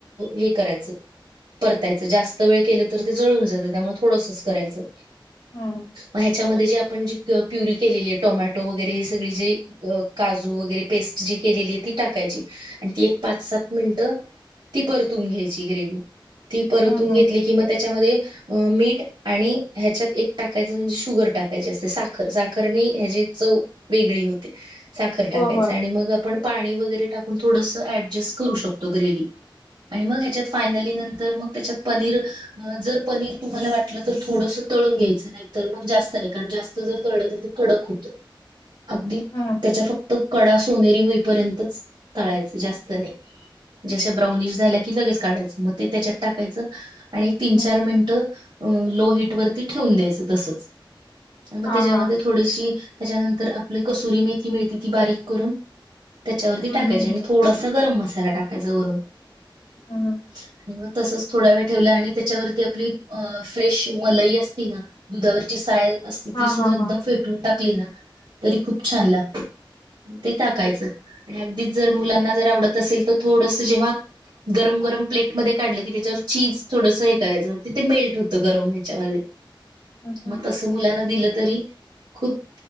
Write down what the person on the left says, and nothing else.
हम.
हं, हं.
होय, होय.
हं,
हं.
हं.
हां,
हां.
हं,
हं.
हं, हं.
हां,
हां,
हां.
हं, हं,
हं.